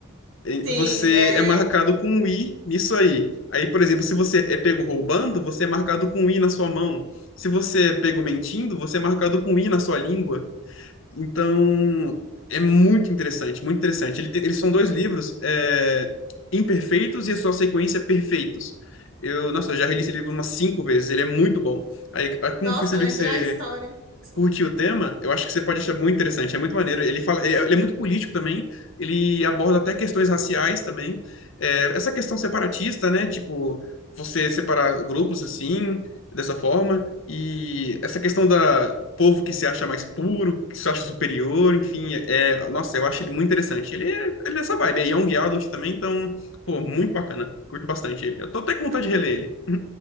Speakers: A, on the left (about 60°); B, on the right (about 65°).
A: Eh,
B: Sim,
A: Você
B: é.
A: é marcado com um i nisso aí. Aí, por exemplo, se você é pego roubando, você é marcado com um i na sua mão. Se você é pego mentindo, você é marcado com um i na sua língua. Então, é muito interessante, muito interessante. Ele tem- eles são dois livros, é, Imperfeitos e a sua sequência é Perfeitos. Eu, nossa, eu já reli esse livro umas cinco vezes, ele é muito bom. Aí, aí como
B: Nossa,
A: eu percebi
B: lembrar
A: que você
B: a história. Desculpa.
A: curte o tema, eu acho que você pode achar muito interessante, é muito maneiro. Ele fala, ele é ele é muito político também, ele aborda até questões raciais também. É, essa questão separatista, né? Tipo, você separar grupos assim, dessa forma, e essa questão da povo que se acha mais puro, que se acha superior, enfim, é, nossa, eu acho ele muito interessante. Ele é, ele é nessa vibe, é young adult também, então, pô, muito bacana. Curto bastante ele. Eu tô até com vontade
B: Ah,
A: de reler ele.